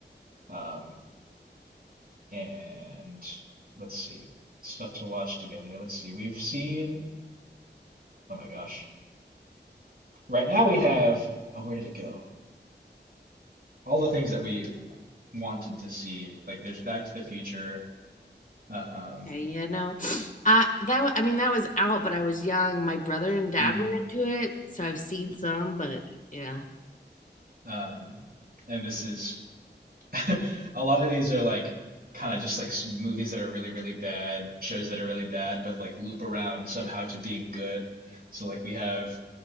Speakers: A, on the right (about 55°); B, on the left (about 45°).
A: Um, and let's see, stuff to watch together. Let's see. We've seen. Oh my gosh. Right now we have, oh, where did it go? All the things that we wanted to see. Like there's Back to the Future. Um,
B: Okay, yeah, no. I that wa- I mean that was out, but I was young. My brother and dad
A: mm,
B: were into it, so I've seen some, but yeah.
A: um, and this is <laughs> a lot of these are like kind of just like s- movies that are really, really bad, shows that are really bad, but like loop around somehow to being good. So like we have